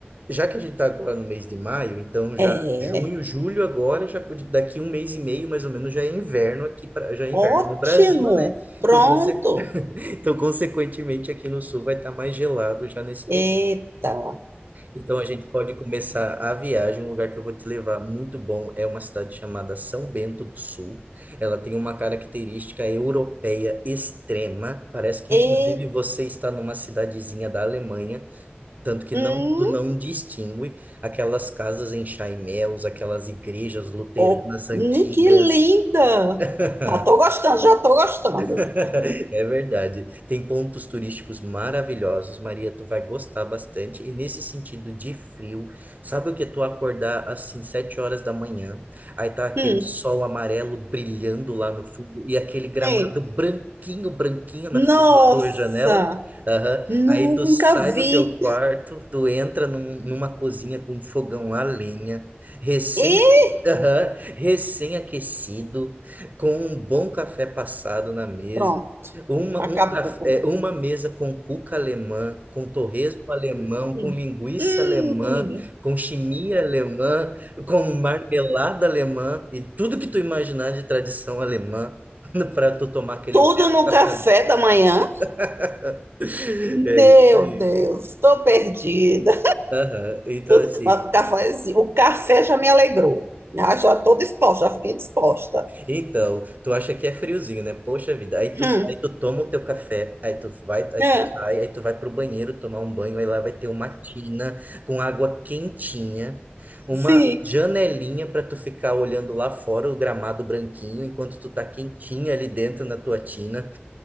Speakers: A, on the right; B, on the right.
A: já que a gente tá agora no mês de maio, então
B: É,
A: já junho, julho agora, já pode- daqui um mês e meio mais ou menos já é inverno aqui pra- já é
B: ótimo.
A: inverno no Brasil, né?
B: Pronto.
A: Então, conse- <laughs> então consequentemente aqui no sul vai estar mais gelado já nesse
B: Eita.
A: período. Então a gente pode começar a viagem. Um lugar que eu vou te levar muito bom é uma cidade chamada São Bento do Sul. Ela tem uma característica europeia extrema. Parece que
B: E,
A: inclusive você está numa cidadezinha da Alemanha, tanto que
B: hum,
A: não tu não distingue aquelas casas em chaimel, aquelas igrejas luteranas
B: oh,
A: antigas.
B: ni- que linda.
A: <laughs>
B: Já tô gostando, já tô gostando.
A: <laughs> É verdade. Tem pontos turísticos maravilhosos, Maria, tu vai gostar bastante. E nesse sentido de frio, sabe o que é tu acordar assim, sete horas da manhã, aí tá aquele
B: Hum,
A: sol amarelo brilhando lá no fundo e aquele gramado
B: é.
A: branquinho, branquinho na
B: Nossa,
A: frente da tua janela? Aham.
B: nunca
A: Aí tu sai
B: vi.
A: do teu quarto, tu entra num- numa cozinha com um fogão a lenha, recém,
B: E
A: aham, recém-aquecido, com um bom café passado na mesa,
B: pronto.
A: uma,
B: Acabou.
A: um café,
B: com-
A: é, uma mesa com cuca alemã, com torresmo alemão,
B: Hum,
A: com linguiça
B: hum.
A: alemã, com chimia alemã, com marmelada alemã e tudo que tu imaginar de tradição alemã <laughs> para tu tomar aquele
B: Tudo
A: belo
B: no
A: café.
B: café da manhã?
A: <laughs>
B: Meu
A: É isso aí.
B: Deus, estou perdida.
A: Aham. Então,
B: Tudo,
A: assim.
B: mas o café, assim, o café já me alegrou. Ah, Já estou disposta, já fiquei disposta.
A: Então, tu acha que é friozinho, né? Poxa vida. Aí
B: Hum,
A: tu sai, tu toma o teu café, aí tu vai, aí
B: é,
A: tu sai, aí tu vai pro banheiro tomar um banho, aí lá vai ter uma tina com água quentinha, uma
B: sim.
A: janelinha para tu ficar olhando lá fora o gramado branquinho enquanto tu tá quentinha ali dentro na tua tina.